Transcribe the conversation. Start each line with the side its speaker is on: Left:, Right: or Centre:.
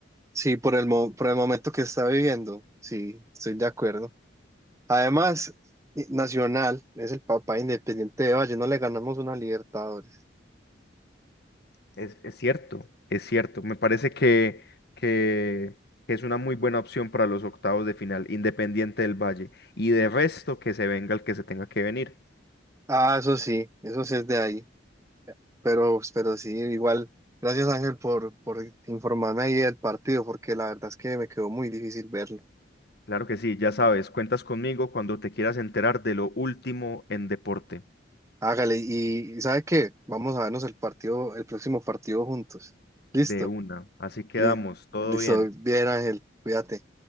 Right: Sí, por el, mo- por el momento que está viviendo. Sí, estoy de acuerdo. Además, i- Nacional es el papá de independiente de Valle. No le ganamos una Libertadores.
Left: Es, es cierto, es cierto. Me parece que, que, que es una muy buena opción para los octavos de final, Independiente del Valle. Y de resto, que se venga el que se tenga que venir.
Right: Ah, eso sí, eso sí es de ahí. Pero, pero sí, igual. Gracias Ángel por, por informarme ahí del partido, porque la verdad es que me quedó muy difícil verlo.
Left: Claro que sí, ya sabes, cuentas conmigo cuando te quieras enterar de lo último en deporte,
Right: Hágale, y, y ¿sabe qué? Vamos a vernos el partido, el próximo partido juntos. ¿Listo?
Left: de una. Así quedamos,
Right: Li-
Left: todo
Right: Listo,
Left: bien.
Right: bien Ángel, cuídate.